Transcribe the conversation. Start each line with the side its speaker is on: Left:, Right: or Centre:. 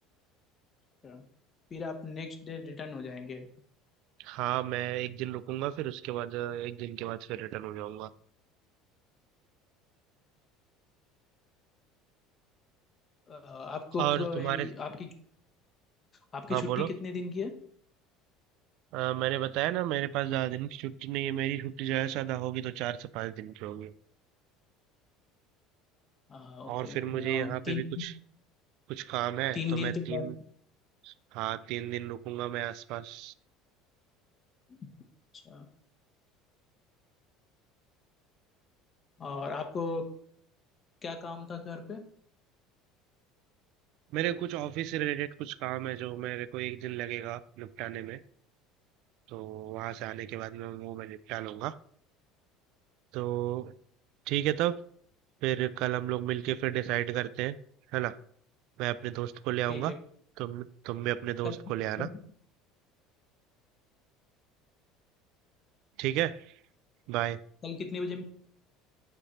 Left: अ, फिर आप नेक्स्ट डे रिटर्न हो जाएंगे
Right: हाँ मैं एक दिन रुकूंगा फिर उसके बाद अ, एक दिन के बाद फिर रिटर्न हो जाऊंगा
Left: अ, आपको
Right: और
Left: कोई
Right: तुम्हारे
Left: आपकी आपकी
Right: हाँ
Left: छुट्टी
Right: बोलो
Left: कितने दिन की है
Right: अ, मैंने बताया ना मेरे पास ज्यादा दिन की छुट्टी नहीं है मेरी छुट्टी ज्यादा से ज्यादा होगी तो चार से पांच दिन की होगी
Left: अ, ओके
Right: और फिर
Left: अ,
Right: मुझे यहाँ
Left: तीन
Right: पे भी कुछ कुछ काम है
Left: तीन
Right: तो
Left: दिन
Right: मैं
Left: के
Right: तीन
Left: बाद
Right: हाँ तीन दिन रुकूंगा मैं आसपास
Left: अच्छा और आपको क्या काम था घर पे
Right: मेरे कुछ ऑफिस से रिलेटेड कुछ काम है जो मेरे को एक दिन लगेगा निपटाने में तो वहां से आने के बाद मैं वो मैं निपटा लूंगा तो ठीक है तब फिर कल हम लोग मिलके फिर डिसाइड करते हैं है ना मैं अपने दोस्त को ले आऊंगा
Left: ठीक है
Right: तुम तुम भी अपने
Left: कल
Right: दोस्त को ले आना
Left: कल
Right: ठीक है बाय
Left: कल कितने बजे